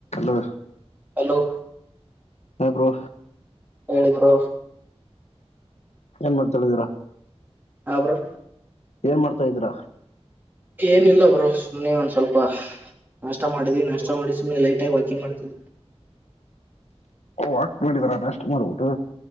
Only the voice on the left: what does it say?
ಹಲೋ.
ಹಾ ಬ್ರೋ.
ಏನ್ ಮಾತ ಹೇಳಿದೆರ.
ಏನ್ ಮಾಡ್ತಾಯಿದಿರ.
ವಾಕ್ ಮಾಡ್ತಿದೆರ ನಷ್ಟ ಮಾಡಿಬಿಟ್ಟು.